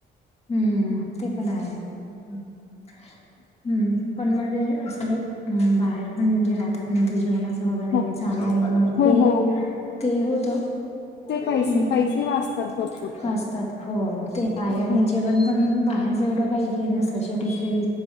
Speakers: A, on the left; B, on the left.
A: हम्म ते पण आहे हम्म. पण म्हणजे अस बाहेर पण जे राहतात ना ते जेवणाच. वगैरे
B: हो
A: जा ना
B: हो
A: ते
B: हो
A: ते होत. हम्म
B: ते पैसे पैसे वाचतात भरपूर पण
A: असतात हो ते आहे आणि
B: हो
A: जेव्हा. पण बाहेरच एवढं काही हे न शेवटी. हे <unintelligible>